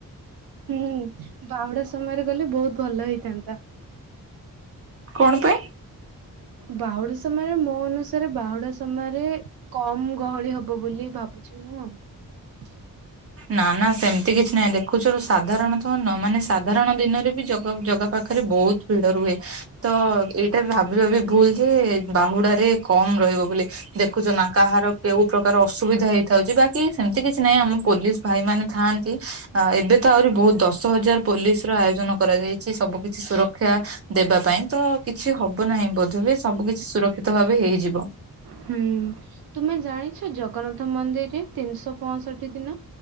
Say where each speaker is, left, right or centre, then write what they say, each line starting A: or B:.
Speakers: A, on the right; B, on the right.
A: ହୁଁ ବାହୁଡା ସମୟରେ ଗଲେ ବହୁତ ଭଲ ହେଇଥାନ୍ତା।
B: କଣ ପା
A: ବାହୁଡା ସମୟରେ ମୋ ଅନୁସାରେ ବାହୁଡା ସମୟରେ କମ ଗହଳି ହବ ବୋଲି ଭାବ ଭାବୁଚି ମୁଁ ଆଉ।
B: ନା ନା ସେମିତି କିଛି ନାହିଁ ଦେଖୁଛ ସାଧାରଣତ ମାନେ ସାଧାରଣ ଦିନରେ ବି ଜଗ ଜଗା ପାଖରେ ବହୁତ ଭିଡ ରୁହେ ତ ଏଇଟା ବି ଭାବି ଭାବି ଭୁ ଯେ ଏ ବାହୁଡାରେରେ କମ ରହିବ ବୋଲି ଦେଖୁଛ ନା କାହାର କେଉଁ ପ୍ରକାର ଅସୁବିଧା ହେଇଥାଉଛି ବାକି ସେମିତି କିଛି ନାହିଁ ଆମ ପୋଲିସ ଭାଇ ମାନେ ଥାନ୍ତି ଏବେ ତ ଆହୁରି ଦସ ଦଶ ହଜାର ପୋଲିସ ର ଆୟୋଜନ କରାଯାଇଛି ସବୁ କିିଛି ସୁରକ୍ଷିତ। ଶିକ୍ଷା ଦେବା ପାଇଁ ତ କିଛି ହବ ନାହିଁ ବୋଧ ବି ସବୁ କିଛି ସୁରକ୍ଷିତ ଭାବେ ହେଇଯିବ।
A: ହୁଁ ତୁମେ ଜାଣିଛ ଜଗନ୍ନାଥ ମନ୍ଦିରରେ ତିନିଶହ ପଁସଠିଦିନ